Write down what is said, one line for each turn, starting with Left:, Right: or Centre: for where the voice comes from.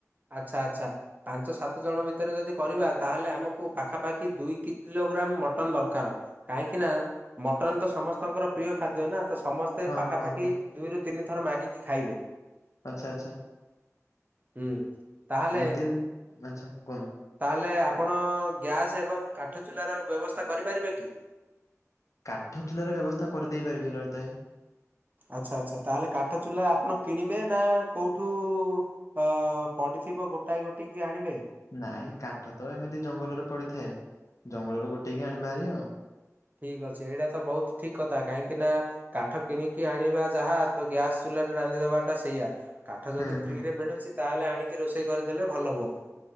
Right: ଆଚ୍ଛା ଆଚ୍ଛା। ପାଞ୍ଚ ସାତ ଜଣ ଭିତରେ ଯଦି କରିବା ତାହେଲେ ଆମକୁ ପାଖାପାଖି ଦୁଇ କିଲୋଗ୍ରାମ ମଟନ ଦରକାର। କାହିଁକି ନା ମଟନ୍ ତ ସମସ୍ତଙ୍କର ପ୍ରିୟ ଖାଦ୍ୟ ନା ତ ସମସ୍ତେ
Left: ହଁ
Right: ପାଖାପାଖି
Left: ହଁ ହଁ
Right: ଦୁଇରୁ ତିନି ଥର ମାଗିକି ଖାଇବେ।
Left: ଆଚ୍ଛା ଆଛା।
Right: ହୁଁ। ତାହେଲେ
Left: ଏମିତି ଆଚ୍ଛା କୁହନ୍ତୁ।
Right: ତାହେଲେ ଆପଣ ଗ୍ୟାସ୍ ଏବଂ କାଠ ଚୁଲାର ବ୍ୟବସ୍ଥା କରିପାରିବେ କି?
Left: କାଠ ଚୁଲାର ବ୍ୟବସ୍ଥା କରିଦେଇ ପାରିବି ଲଳିତ ଭାଇ।
Right: ଆଚ୍ଛା ଆଚ୍ଛା ତାହେଲେ କାଠ ଚୁଲା ଆପଣ କିଣିବେ ନା କୋଉଠୁ ଅ, ପଡିିଥିବ ଗୋଟାଏ ଗୋଟି କି ଆଣିବେ
Left: ନାଇଁ କାଠ ତ ଏମିତି ଜଙ୍ଗଲରେ ପଡିଥାଏ ଜଙ୍ଗଲରୁ ଗୋଟେଇକି ଆଣି ବାହାରି ଆଉ।
Right: ଠିକ ଅଛି ଏଇଟା ତ ବହୁତ ଠିକ କଥା, କାହିଁକି ନା କାଠ କିଣିକି ଆଣିବା ଯାହା ତ ଗ୍ୟାସୂ ଚୁଲାରେ ରାନ୍ଧିଦବା ଟା ସେଇଆ। କାଠ ଯଦି
Left: ହୁଁ ହୁଁ
Right: ଫ୍ରିରେ ମିଳୁଛି ତାହେଲେ ଆଣିକି ରୋଷେଇ କରିଦେଲେ ଭଲ ହୁଅନ୍ତା।